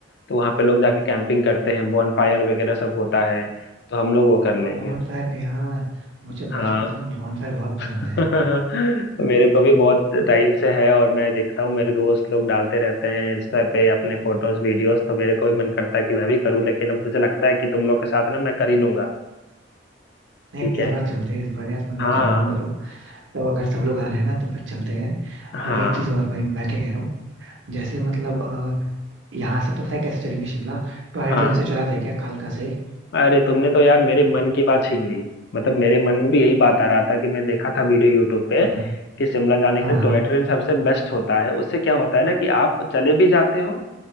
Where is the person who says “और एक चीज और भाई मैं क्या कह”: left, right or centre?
Right